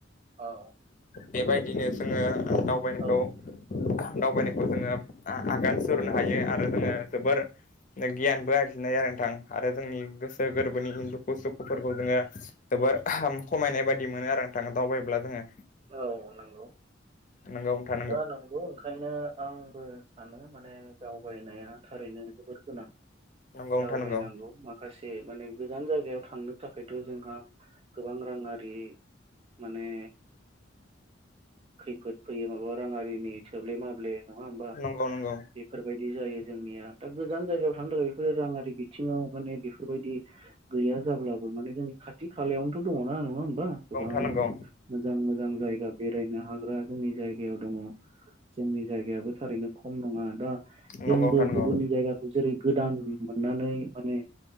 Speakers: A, on the right; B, on the left.
A: औ
B: बेबायदिनो जोंङो दावबायनायखौ
A: औ
B: दावबायनायखौ जोंङो आगान सुरनो हायो आरो जोंङो जोबोर गियानबो आरफिननाय आरो नोंथां आरो जोंनि गोसो गोरबोनि दुखु सुखुफोरखौ जोंङो। जोबोर खमायनाय बायदि मोनो आरो थां दावबायायोब्ला जोंङो।
A: औ नंगौ।
B: नंगौ नोंथां
A: दा नंगौ ओंखायनो आंबो सानो माने दावगारिनो थारैनो जोबोर गोनां
B: नंगौ नोंथां
A: दनांगौ
B: नंगौ
A: माखासे मान गोान जाय। थांनो थाखायथ' जोंहा गोबां राङारि माने खैफोद फैयो मालाबा राङारि जोंनि थोब्ले माब्ले नंङा होमबा
B: नंगौ नंगौ
A: बेफोरबायदि जायो जोंनिया। दा गोजान जायगायाव थांनो थाखाय बेफोरो रांङारि बिथिंङाव माने बेफोरबायदि गैया जाब्लाबो माने जोंनि। खाथि खालायावनोथ' दंङोना नङा होमबा गोबां।
B: नंगौ
A: मोजां मोजां जायगा बेरायनो हाग्रा जोंनि जायगायाव दंङो जोंनि जायगायाबो थारैनो खम नङा दा।
B: नोंथां
A: जोंबो
B: नंगौ
A: गुबुननि जायगाखौ जेरै गोदान मोननानै माने